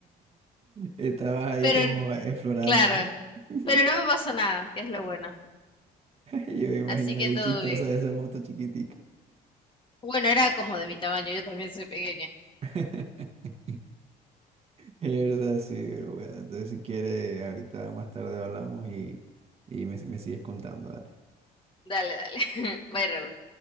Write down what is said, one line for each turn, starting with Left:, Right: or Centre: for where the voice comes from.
Right: Estabas ahí
Left: Pero
Right: como explorando.
Left: claro,
Right: <laughs>
Left: pero no me pasó nada, que es lo bueno.
Right: Yo me imagino
Left: Así que
Right: ahí
Left: todo
Right: chistosa
Left: bien.
Right: esa moto chiquitica.
Left: Bueno, era como de mi tamaño, yo también soy pequeña.
Right: <laughs> Es verdad, sí, pero bueno, entonces si quieres, ahorita más tarde hablamos y, y me, me sigues contando, dale.
Left: Dale, dale. <laughs> Bye, Raúl.